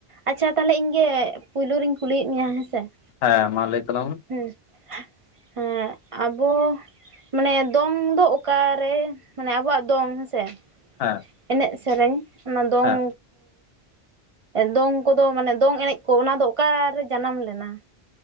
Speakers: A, on the right; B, on the left.
A: ᱟᱪᱪᱷᱟ ᱛᱟᱦᱚᱞᱮ ᱤᱧ ᱜᱮ ᱯᱩᱭᱞᱩ ᱨᱤᱧ ᱠᱩᱞᱤᱭᱮᱫ ᱢᱮᱭᱟ ᱦᱮᱸ ᱥᱮ ᱾
B: ᱦᱮᱸ ᱢᱟ ᱞᱟᱹᱭ ᱛᱟᱞᱟᱝ ᱢᱮ ᱾
A: ᱦᱩᱸ, ᱦᱮᱸ ᱟᱵᱚ ᱢᱟᱱᱮ ᱫᱚᱝ ᱫᱚ ᱚᱠᱟ ᱨᱮ ᱢᱟᱱᱮ ᱟᱵᱚᱣᱟᱜ ᱫᱚᱝ ᱦᱮᱸ ᱥᱮ
B: ᱦᱮᱸ,
A: ᱮᱱᱮᱜ ᱥᱮᱨᱮᱧ ᱚᱱᱟ ᱫᱚᱝ,
B: ᱦᱮᱸ
A: ᱫᱚᱝ ᱠᱚᱫᱚ ᱢᱟᱱᱮ ᱫᱚᱝ ᱮᱱᱮᱜ ᱠᱚ ᱚᱱᱟ ᱫᱚ ᱚᱠᱟᱨᱮ ᱡᱟᱱᱟᱢ ᱞᱮᱱᱟ?